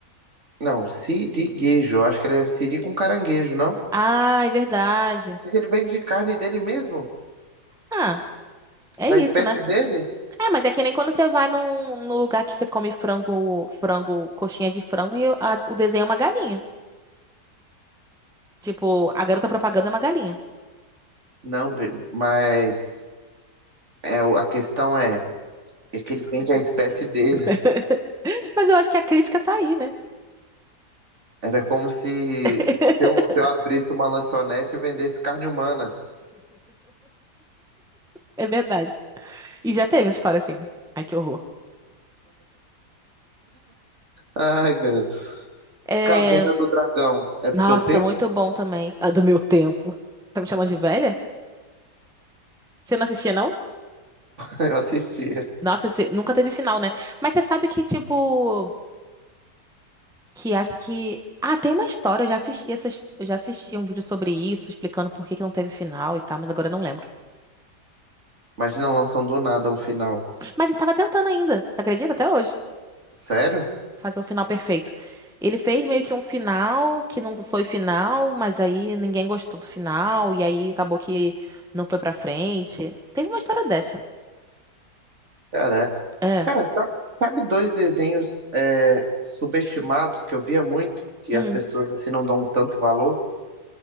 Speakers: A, on the right; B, in the centre.
A: Não, siriguejo. Eu Acho que ele é siri com caranguejo, não?
B: Ah, é verdade.
A: Mas ele vende carne dele mesmo?
B: Ah, é
A: Da
B: isso,
A: espécie
B: né?
A: dele?
B: É, mas é que nem quando você vai num, num lugar que você come frango, frango, coxinha de frango e a- o desenho é uma galinha. Tipo, a garota propaganda é uma galinha.
A: Não, be- mas é, o- a questão é, é que ele vende a espécie dele.
B: <laughs> Mas eu acho que a crítica tá aí, né?
A: Era como se,
B: <laughs>
A: se eu, se eu abrisse uma lanchonete e vendesse carne humana.
B: É verdade. E já teve essa história assim, né? Ai, que horror.
A: Ai, cara.
B: É...
A: Caverna do Dragão. É do
B: Nossa,
A: seu tempo?
B: muito
A: <laughs>
B: bom também. Ah, do meu tempo. Tá me chamando de velha? Você não assistia, não?
A: Eu, eu assistia.
B: Nossa, você nunca teve final, né? Mas você sabe que, tipo. que acho que. Ah, tem uma história, eu já assisti essas, eu já assisti um vídeo sobre isso, explicando por que que não teve final e tal, mas agora eu não lembro.
A: Imagina lançando do nada um final.
B: Mas ele tava tentando ainda, você acredita? Até hoje,
A: Sério?
B: fazer o final perfeito. Ele fez meio que um final que não foi final, mas aí ninguém gostou do final, e aí acabou que não foi pra frente. Teve uma história dessa.
A: Caraca.
B: É.
A: Cara, sa- sabe dois desenhos é, subestimados que eu via muito, que
B: Hum.
A: as pessoas assim não dão tanto valor?